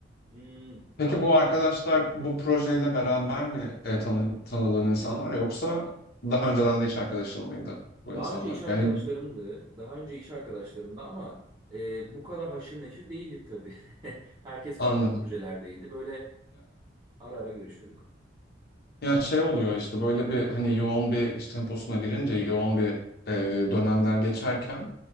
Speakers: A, on the right; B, on the left.
A: hmm, galiba
B: Peki bu arkadaşlar bu projeyle beraber mi e, tanı, tanıdığın insanlar yoksa daha önceden de iş arkadaşın mıydı bu
A: Daha
B: insanlar?
A: önce iş arkadaşlarımdı.
B: Yani
A: Daha önce iş arkadaşlarımdı ama e, bu kadar haşır neşir değildik tabii. <laughs> Herkes
B: anladım.
A: farklı projelerdeydi. Böyle ara ara görüşüyorduk.
B: Ya şey oluyor işte böyle bir hani yoğun bir iş temposuna girince yoğun bir e, dönemden geçerken